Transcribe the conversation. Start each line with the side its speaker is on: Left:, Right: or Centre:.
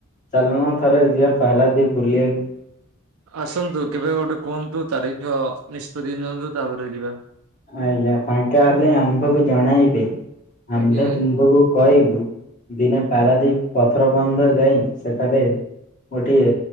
Left: ଚାଲୁନ ଥରେ ଯିଆ ପାରାଦୀପ୍ ବୁଲିଆକୁ।
Right: ଆସନ୍ତୁ କେବେ ଗୋଟେ କୁହନ୍ତୁ ତାରିଖ ନିଷ୍ପତ୍ତି ନିଅନ୍ତୁ ତାପରେ ଯିବା।
Left: ଆଜ୍ଞା ଫାଙ୍କା ହେଲେ ଆମପାଖକୁ ଜଣାଇବେ। ଆମ୍ଭେ
Right: ଆଜ୍ଞା ଆଜ୍ଞା
Left: ତୁମ୍ବକୁ କହିବୁ। ଦିନେ ପାରାଦୀପ ପଥର ବନ୍ଧ ଯାଇ ସେଠାରେ ଗୋଟିଏ